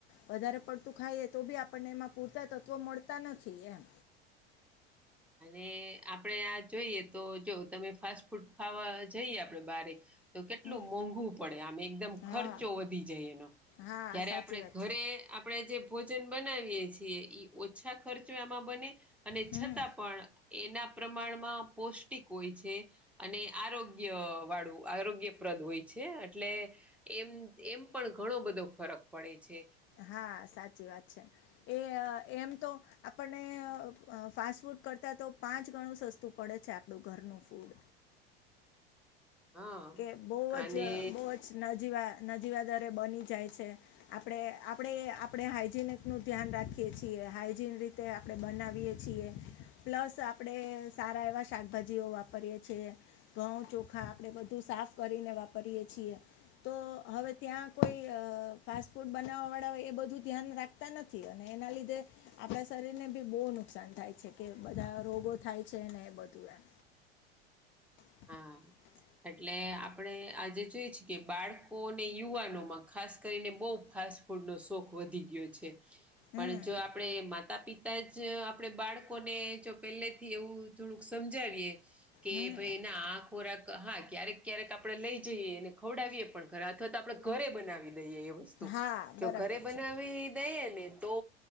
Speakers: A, on the left; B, in the centre.
A: વધારે પડતું ખાઈએ તો, બી આપણને એમાં પૂરતા તત્વો મળતા નથી એમ.
B: અને આપડે આ જોઈએ તો, જો તમે ફાસ્ટ ફૂડ ખાવા જઈએ, આપડે બારે તો કેટલું
A: હમ
B: મોંઘું પડે, આમ એકદમ
A: હા
B: ખર્ચો વધી જાય, એનો
A: હા
B: જયારે
A: સાચી
B: આપડે
A: વાત
B: ઘરે
A: છે
B: આપણેે જે ભોજન બનાવીએ છીએ, ઈ ઓછા ખર્ચો આમાં બને અને
A: હમ
B: છતાં. પણ એના પ્રમાણમાં પૌષ્ટિક હોય છે. અને આરોગ્ય વાળું આરોગ્યપ્રદ હોય છે, એટલે એમ એમ પણ ઘણો બધો ફરક પડે છે.
A: હા, સાચી વાત છે, એ એમ તો આપણને ફાસ્ટ ફૂડ કરતાં તો પાંચ ગણું સસ્તું પડે છે, આપણું ઘરનું ફૂડ
B: હા
A: કે બહુ
B: અને
A: જ બહુ જ નજીવા નજીવાદરે બની જાય છે. આપણે આપણેે આપણે હાઈજીનિક નું ધ્યાન રાખીએ છીએ, હાઈજીન રી તે આપડે બનાવીએ છીએ, પ્લસ આપડે સારા એવા શાકભાજીઓ વાપરીએ છીએ. ઘઉ, ચોખા આપણે બધું સાફ કરીને વાપરીયે છીએ. તો હવે ત્યાં કોઈ અ ફાસ્ટ ફૂડ બનાવવા વાળા હોય એ, બધું ધ્યાન રાખે. થતા નથી, અને એના લીધે આપણા શરીરને બી બહુ નુકસાન થાય છે કે, બધા રોગો થાય છે ને બધું એમ. <unintelligible>
B: હા એટલે આપણે આજે જોઈએ છે કે, બાળકો અને યુવાનોમાં ખાસ કરીને બહુ ફાસ્ટ ફૂડ નો શોખ વધી ગયો છે,
A: હમ
B: પણ જો આપણે માતા-પિતા જ જ આપણે બાળકોને જો પહેલે થી એવું થોડુંક સમજાવીએ કે.
A: હમ
B: હા, આ ખોરાક. હા, ક્યારેક ક્યારેક આપણે લઈ જઈએ, અને ખવડાવીએ પણ ખરા અથવા તો આપણેે ઘરે બનાવી દઈએ એવુ. વસ્તુ
A: હા બરાબર
B: જો ઘરે બનાવી
A: છે
B: દઈ ને તો.